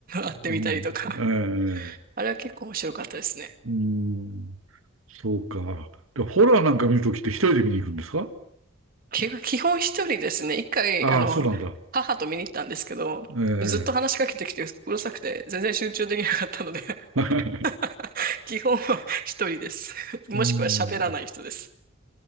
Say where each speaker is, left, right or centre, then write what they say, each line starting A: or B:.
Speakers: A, on the right; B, on the right.
A: あってみたりとか。
B: うん、うんええ、
A: あれは結構面白かったですね。
B: うん、そうか。で、ホラーなんか見るときって一人で見に行くんですか
A: 基本基本一人ですね。一回、
B: ああ、
A: あの、
B: そうなんだ。
A: 母と見に行ったんですけど、
B: ええ。
A: ずっと話しかけてきてうるさくて、全然集中できなかったので
B: <laughs>
A: <laughs> 基本は一人です。もしくは喋らない人です。
B: うん。